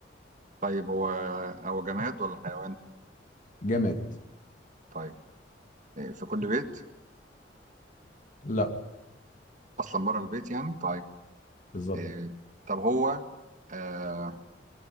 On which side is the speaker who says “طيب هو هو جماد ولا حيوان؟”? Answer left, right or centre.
Right